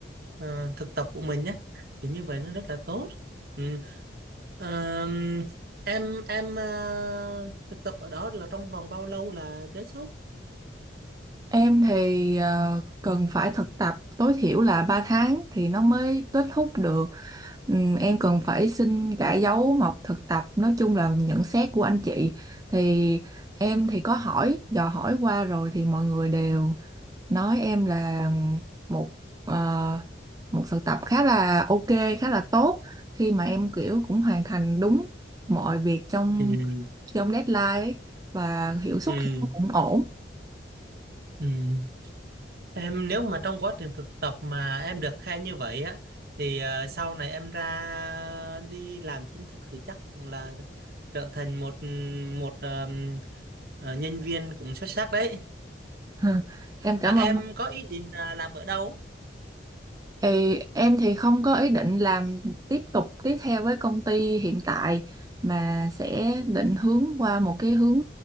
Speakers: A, on the right (about 55°); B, on the right (about 20°).
A: à, thực tập của mình nhé. Thì như vậy nó rất là tốt. Ừ, Ờm, em em, a, thực tập ở đó là trong vòng bao lâu là kết thúc?
B: Em thì, ờ, cần phải thực tập tối thiểu là 3 tháng thì nó mới kết thúc được. Ừm, em cần phải xin cả dấu mộc thực tập, nói chung là nhận xét của anh chị. Thì em thì có hỏi, dò hỏi qua rồi thì mọi người đều Nói em là một, ờ, một thực tập khá là ok khá là tốt khi mà em, kiểu, cũng hoàn thành đúng mọi việc trong
A: Ừm,
B: trong deadline ấy, và hiệu suất
A: ừm,
B: thì nó cũng ổn.
A: ừm. Em nếu mà trong quá trình thực tập mà em được khen như vậy á, thì, ờ, sau này em ra đi làm chính thức thì chắc cũng là trở thành một, một, ờm, ờ, nhân viên cũng xuất sắc đấy.
B: <laughs> Em cảm
A: À, em
B: ơn
A: có ý định là làm ở đâu?
B: Thì em thì không có ý định làm tiếp tục tiếp theo với công ty hiện tại, mà sẽ định hướng qua một cái hướng